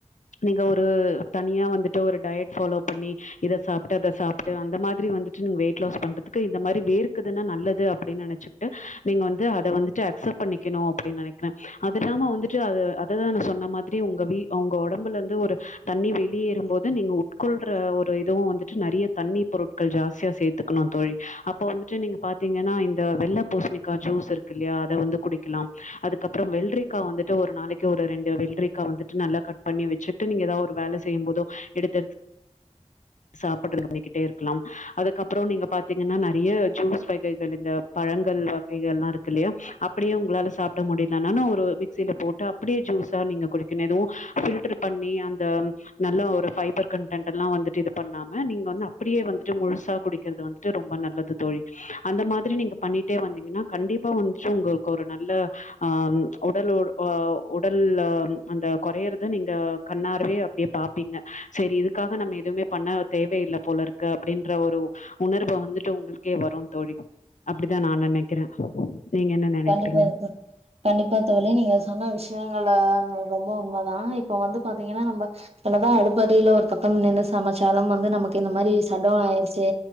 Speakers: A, on the left (about 80°); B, on the right (about 55°).
A: நீங்க ஒரு தனியா வந்துட்டு ஒரு டயட் ஃபாலோ பண்ணி இத சாப் ட்டு அத சாப்ட்டு அந்த மாதிரி வந்துட்டு நீங்க வெயிட் லாஸ் பண்றதுக்கு இந்த மாரி வேர்க்குதுன்னா நல்லது அப்டின் நெனச்சுக்ட்டு நீங்க வந்து அத வந்துட்டு அக்சப்ட் பண்ணிக்கணு அப்டின் நெனைக்கிறே அது இல்லாம வந்துட்டு அது அததா நா சொன்ன மாதிரி உங்க வீ ஒங்க ஒடம்புலந்து ஒரு தண்ணி வெளியேறும்போது நீங்க உட்கொள்ற ஒரு இ <unintelligible> நெறைய தண்ணி பொருட்கள் ஜாஸ்தியா சேத்துக்கணு தோழி அப்பொ வந்துட்டு நீங்க பாத்தீங்கனா இந்த வெள்ள பூசணிக்கா ஜூஸ் இருக்குல்லயா அத வந்து குடிக்கலாம் அதுக்கப்றம் வெள்ரிக்கா வந்துட்டு ஒரு நாளைக்கு ஒரு ரெண்டு வெள்ரிக்கா வந்துட்டு நல்லா கட் பண்ணி வெச்சுட்டு நீங்க எதா ஒரு வேல செய்யும் போதொ எடுத்தெடுத்து சாப்புட்ற <inaudible> இருக்கலாம் அதுக்கப்றொ நீங்க பாத்தீங்கன்னா நறைய ஜூஸ் வகைகள் இந்த பழங்கள் வகைகள்லா இருக்குல்லயா அப்பிடியே உங்ளால சாப்ட முடியலனான ஒரு மிக்சில போட்டு அப் டியே ஜுஸா நீங்க குடிக்கனு எதுவு பில்ட்ரு பண்ணி அந் த நல்ல ஒரு ஃபைபர் கண்ட்டன்ட்டல்லா வந்துட்டு இது பண்ணாம நீங்க வந்து அப்புடியே வந்துட்டு முழுசாக குடிக்கிறது வந்துட்டு ரொம்ப நல்லது தோழி அந்த மாதிரி நீங்க பண்ணிட்டே வந்தீங்கன்னா கண்டிப்பா <unintelligible> உங்கள்க்கு ஒரு நல்ல ஆம் உடல் ஒ உடல்ல அந்த கொறயறத நீங்க கண்ணார்வே அப்டியே பாப்பீங்க செரி இதுக்காக நம்ம எதுவ்மே அ தேவையில்ல போலருக்கு அப்டின்ற ஒரு உணர்வ வந்துட்டு உங்கள்க்கே வரு தோழி அப்டி தா நா நெனைக்கிறே நீங்க என்ன நெனைக்கிறீங்க
B: கண்டிப்பா தோ கண்டிப்பா தோழி நீங்க சொன்ன விஷ் யங்கள ரொம்ப உண்ம தா இப்ப வந்து பா த்திங்கனா நம்ப என்ன தா அடுப் படில ஒரு பக்கம் நின்னு சமச்சாலும் வந்து நமக்கு இந்த மாரி சட் டவுன் ஆயிருச்சு